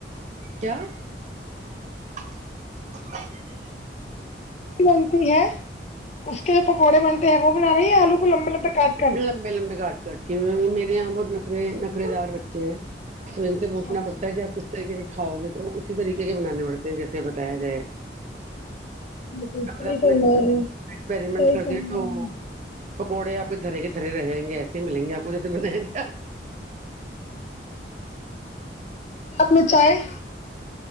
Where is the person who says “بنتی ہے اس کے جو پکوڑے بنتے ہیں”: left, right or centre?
Left